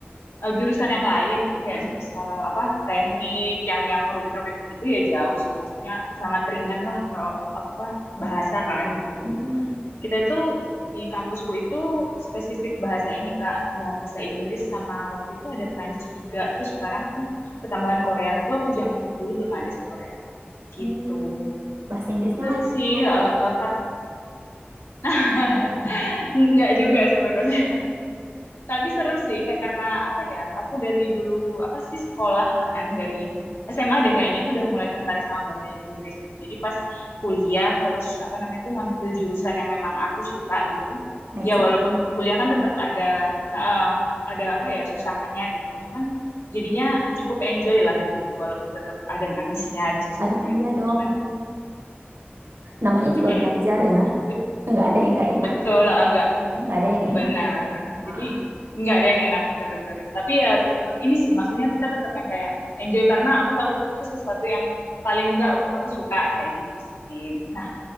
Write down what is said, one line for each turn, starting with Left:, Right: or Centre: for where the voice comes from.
Left: eh, jurusan yang lain kayak
Right: Mm.
Left: misal apa teknik yang yang rumit-rumit gitu ya jauh sih maksudnya sangat ringan lah kalau apa bahasa kan gitu.
Right: Mm-mm.
Left: Kita itu di kampusku itu spesifik bahasa ini kak bahasa Inggris sama waktu itu ada Perancis juga terus sekarang ketambahan Korea tapi waktu zamanku dulu belum ada sih Korea
Right: Hmm,
Left: gitu.
Right: bahasa Inggrisnya
Left: Seru
Right: lancar.
Left: sih, heeh, karena <laughs>
Right: Mm.
Left: nggak juga sebenarnya. Tapi seru sih karena apa ya? Aku dari dulu apa sih sekolah kan dari SMA deh kayaknya tuh udah mulai tertarik sama bahasa Inggris gitu. Jadi pas kuliah terus apa namanya itu ngambil jurusan yang memang aku suka gitu.
Right: Matching.
Left: Ya walaupun kuliah kan tetap ada eh, ada apa ya susahnya gitu. Cuman jadinya cukup enjoy lah gitu. Walaupun tetap ada nangisnya, ada susahnya
Right: Ada iya
Left: gitu.
Right: dong.
Left: Cuman
Right: Namanya
Left: mm-mm.
Right: juga belajar ya.
Left: bet-
Right: Nggak ada yang nggak enak,
Left: Betul, lah, nggak
Right: nggak ada yang
Left: Benar.
Right: enak.
Left: Jadi
Right: Ah,
Left: nggak ada yang enak benar-benar. Tapi ya tetap ini sih, maksudnya kita tetap yang kayak enjoy karena aku tahu itu tuh sesuatu yang paling nggak aku suka kayak gitu sih. Nah,